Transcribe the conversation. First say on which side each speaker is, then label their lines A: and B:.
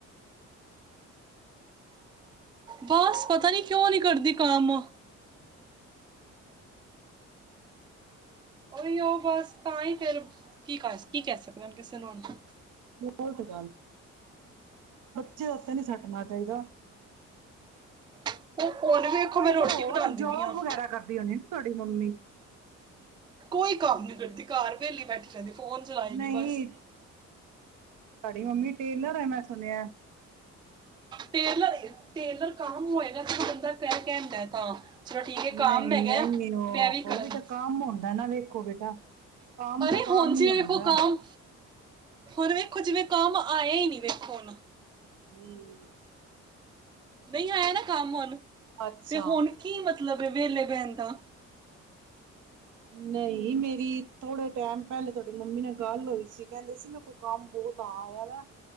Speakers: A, on the right (about 15°); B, on the right (about 80°).
A: ਬਸ ਪਤਾ ਨੀ ਕਿਉਂ ਨੀ ਕਰਦੀ ਕੰਮ? ਉਹੀ ਉਹ ਬਸ ਤਾਂਹੀ ਫੇਰ ਕੀ ਕਰ ਕੀ ਕਹਿ ਸਕਦੇ ਹੁਣ ਕਿਸੇ ਨੂੰ?
B: ਬਹੁਤ <unintelligible> ਤੇ ਉੱਤੇ ਨਹੀਂ ਸੱਟਣਾ ਚਾਹੀਦਾ।
A: <inaudible> ਵੇਖੋ
B: ਕੋਈ
A: ਮੈਂ ਰੋਟੀ
B: ਫਿਰ ਹੋਰ
A: ਬਣਾਉਂਦੀ
B: ਜੋਬ
A: ਪਈ ਆ।
B: ਵਗੈਰਾ ਕਰਦੀ ਹੋਣੀ ਨਾ ਤੁਹਾਡੀ ਮੰਮੀ?
A: ਕੋਈ ਕੰਮ ਨੀ ਕਰਦੀ ਘਰ ਵਿਹਲੀ ਬੈਠੀ ਰਹਿੰਦੀ। ਫੋਨ ਚਲਾਏਗੀ
B: ਨਹੀਂ
A: ਬਸ
B: ਤੁਹਾਡੀ ਮੰਮੀ ਟੇਲਰ ਐ ਮੈਂ ਸੁਣਿਆ।
A: ਟੇਲਰ ਟੇਲਰ ਕੰਮ ਹੋਏਗਾ <unintelligible> <unintelligible> ਕਾਮ
B: ਨਹੀਂ
A: ਹੈਗਾ
B: ਨਹੀਂ ਉਹ
A: ਮੈਂ ਕਰਨ
B: ਉਹ ਵੀ ਤਾਂ ਕੰਮ ਹੁੰਦਾ ਨਾ ਵੇਖੋ ਬੇਟਾ ਕੰਮ
A: ਅਰੇ
B: ਤਾਂ ਕਾਮ
A: ਹੁਣ ਜੀ
B: ਹੀ ਹੁੰਦਾ।
A: ਵੇਖੋ ਕਾਮ ਹੁਣ ਵੇਖੋ ਜਿਵੇਂ ਕੰਮ ਆਇਆ ਹੀ ਨਹੀਂ ਵੇਖੋ ਹੁਣ।
B: ਹੂੰ।
A: ਨਹੀਂ ਆਇਆ ਨਾ ਕੰਮ ਹੁਣ?
B: ਅੱਛਾ
A: ਤੇ ਹੁਣ ਕੀ ਮਤਲਬ ਵਿਹਲੇ ਬੈਣ ਦਾ।
B: ਨਹੀਂ, ਮੇਰੀ ਥੋੜੇ ਟਾਈਮ ਪਹਿਲੇ ਤੁਹਾਡੀ ਮੰਮੀ ਨਾਲ ਗੱਲ ਹੋਈ ਸੀ ਕਹਿੰਦੇ ਸੀ ਮੇਰੇ ਕੋਲ ਕੰਮ ਬਹੁਤ ਆ